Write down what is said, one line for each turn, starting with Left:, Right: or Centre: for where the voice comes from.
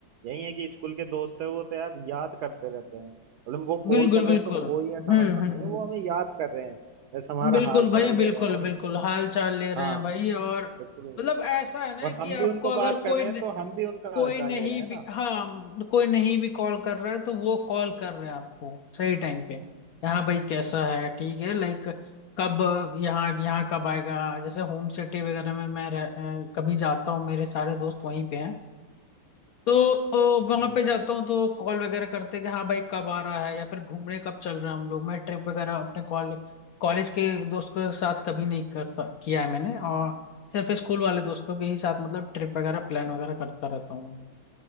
Right: यही है कि स्कूल के दोस्त है वो तो यार याद करते रहते हैं मतलब वो कॉल
Left: बिल्कुल
Right: कर रहे
Left: बिल्कुल
Right: हैं तो कोई
Left: हम्म
Right: ऐसा मतलब
Left: हम्म
Right: नहीं है वो
Left: हम्म
Right: हमें याद कर रहे हैं जैसे हमारा
Left: बिल्कुल
Right: हाल
Left: भाई
Right: चाल ले
Left: बिल्कुल
Right: रहे हैं और
Left: बिल्कुल हाल चाल ले रहे
Right: हाँ
Left: हैं भाई और
Right: बिल्कुल
Left: मतलब ऐसा है ना
Right: और
Left: कि
Right: हम
Left: आपको
Right: भी उनको
Left: अगर
Right: बात कर
Left: कोई
Right: रहे हैं तो हम भी उनका
Left: कोई
Right: हालचाल
Left: नहीं
Right: ले रहे हैं ना
Left: भी हाँ कोई नहीं भी कॉल कर रहा है तो वो कॉल कर रहे हैं आपको सही टाइम पे यहाँ भाई कैसा है ठीक है लाइक कब यहाँ यहाँ कब आएगा जैसे होम सिटी वगैरह में मैं रह, अ, कभी जाता हूँ मेरे सारे दोस्त वहीं पे हैं तो वहां
Right: हम्म,
Left: पे जाता हूँ तो कॉल वगैरह करते हैं कि हाँ भाई कब आ रहा है या फिर घूमने कब चल रहा है हम लोग मैं ट्रिप वगैरह अपने कॉल कॉलेज के दोस्त के साथ कभी नहीं करता किया है मैंने और सिर्फ स्कूल वाले दोस्तों के ही साथ मतलब ट्रिप वगैरह प्लान वगैरह करता रहता हूँ